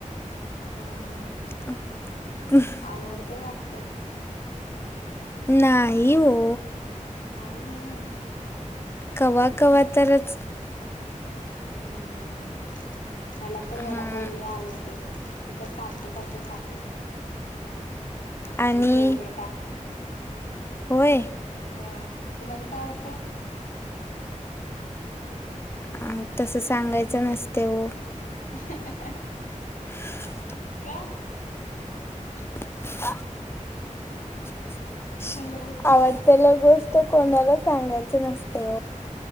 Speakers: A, on the left; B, on the left.
A: हां हां.
B: अ ह
A: आवडतय वाटतं?
B: नाही हो.
A: नाही व्हय.
B: कव्हा कव्हा तरच
A: हम्म मला तर
B: हा
A: वडापाव ले आवडतय मी तर सारखच सारखं खातोय
B: आणि
A: माझं फेवरेट आहे.
B: होय
A: होय तुम्हाला काय आवडतंय?
B: आ तसं सांगायचं नसते ओ.
A: हे हे हे
B: <inaudible>
A: कां
B: <inaudible>
A: हॅलो
B: आवडतेल गोष्ट कोणाला सांगायच नसते.